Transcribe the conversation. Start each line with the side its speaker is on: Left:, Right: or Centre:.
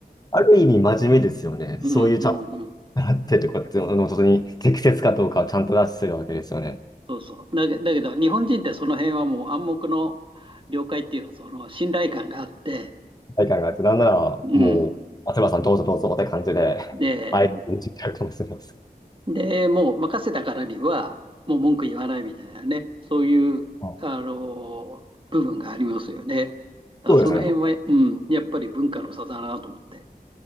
Left: ある意味真面目ですよね。そういうちゃんと習ってとかっていうのの本当に適切かどうかをちゃんと出してるわけですよね。
Right: うんうんうん、そうそう。だけだけど、日本人ってその辺はもう暗黙の了解っていうか、その信頼感があって、
Left: 大会があって、なんならもう、
Right: うん、
Left: 松原さんどうぞどうぞって感じで、
Right: で、
Left: あえて見てるかもしれないです。
Right: でもう任せたからには、もう文句言わないみたいなね、そういうあの部分がありますよね。
Left: あ
Right: だからその辺は、
Left: そうですね、とか。
Right: うん、やっぱり文化の差だなと思って。